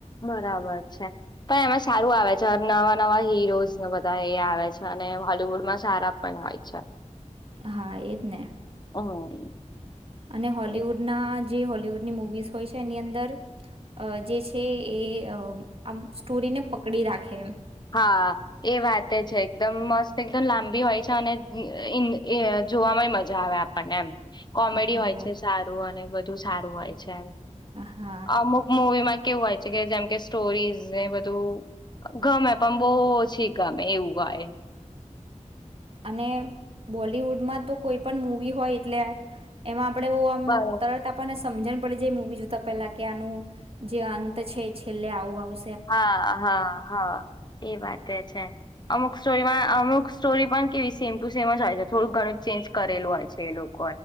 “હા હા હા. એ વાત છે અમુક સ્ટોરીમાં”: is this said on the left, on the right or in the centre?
Left